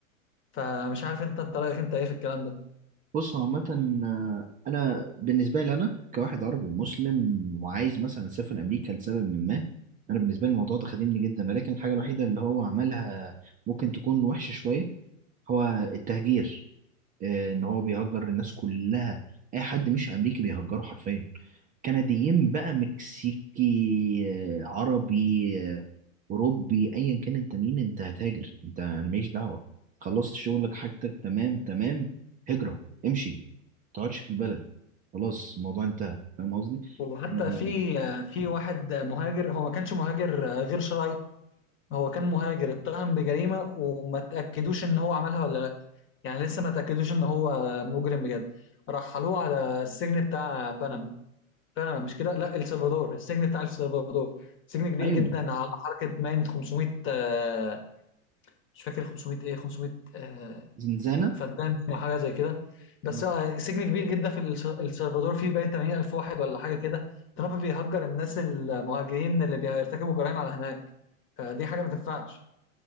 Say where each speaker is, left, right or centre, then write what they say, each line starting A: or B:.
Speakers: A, on the left (about 30°); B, on the right (about 20°).
A: فمش عارف أنت أنت رأيك أنت إيه في الكلام ده
B: بص هو عامه آه، انا بالنسبه لي انا كواحد عربي ومسلم وعايز مثلا اسافر امريكا لسبب من ما انا بالنسبه لي الموضوع ده خادمني جدا لكن الحاجه الوحيده اللي هو عملها ممكن تكون وحشه شويه هو التهجير آه، ان هو بيهجر الناس كلها اي حد مش امريكي بيهجره حرفيا كنديين بقى مكسيكي آه، عربي آه، اوروبي ايا كان انت مين انت هتهاجر انت انا ماليش دعوه خلصت شغلك حاجتك تمام تمام هجره امشي ما تقعدش في البلد خلاص الموضوع انتهى فاهم قصدي
A: وحتى
B: آه،
A: في في واحد مهاجر هو ما كانش مهاجر غير شرعي هو كان مهاجر اتهم بجريمة وما تأكدوش ان هو عملها ولا لا يعني لسه ما تأكدوش ان هو مجرم بجد رحلوه على السجن بتاع بنما بنما مش كده لا السلفادور السجن بتاع السلفادور سجن كبير
B: ايوه
A: جدا على حركة ماين 500 آه، مش فاكر 500 ايه 500 آه،
B: زنزانه
A: فدان او حاجة زي كده بس
B: مم.
A: آه، سجن كبير جدا في الس- السلفادور فيه باين 80000 واحد ولا حاجة كده ترامب بيهجر الناس المهاجرين اللي بيرتكبوا جرائم على هناك فدي حاجة ما تنفعش